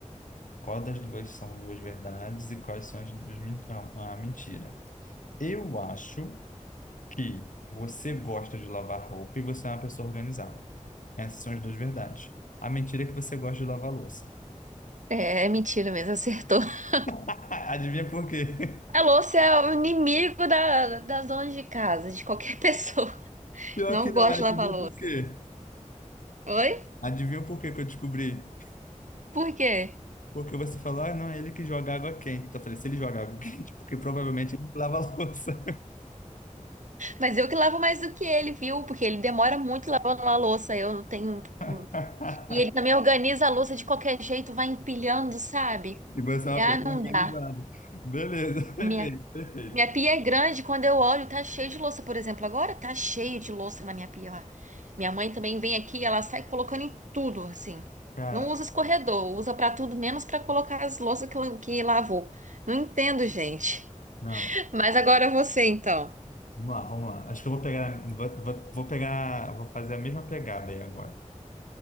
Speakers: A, on the left; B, on the right.
A: Qual das duas são duas verdades e quais são as duas men- a a mentira? Eu acho que você gosta de lavar roupa e você é uma pessoa organizada. Essas são as duas verdades. A mentira é que você gosta de lavar louça.
B: É, é mentira mesmo, acertou. <laughs>
A: <laughs> Adivinha por quê?
B: A louça é o inimigo da, da zona de casa, de qualquer <laughs> pessoa.
A: Pior
B: Não
A: que não,
B: gosto
A: adivinha
B: de lavar louça.
A: por quê?
B: Oi?
A: Adivinha por quê que eu descobri?
B: Por quê?
A: Porque você falou, ah, não, é ele que joga água quente. Então eu falei, se ele joga água <laughs> quente, porque provavelmente ele lava a louça.
B: Mas eu que lavo mais do que ele, viu? Porque ele demora muito lavando a louça. Eu não tenho.
A: <laughs>
B: um, E ele também organiza a louça de qualquer jeito, vai empilhando, sabe?
A: E você é uma
B: Ah,
A: pessoa
B: não
A: organizada.
B: dá.
A: Beleza, <laughs> perfeito,
B: A Minha,
A: perfeito.
B: minha pia é grande, quando eu olho, tá cheio de louça, por exemplo. Agora tá cheio de louça na minha pia lá. Minha mãe também vem aqui, ela sai colocando em tudo, assim.
A: Cara,
B: Não usa escorredor, usa pra tudo, menos pra colocar as louças que, la- que lavou. Não entendo, gente.
A: não,
B: Mas agora você, então.
A: vamos lá, vamos lá. Acho que eu vou pegar, vou, vou, vou pegar, vou fazer a mesma pegada aí agora.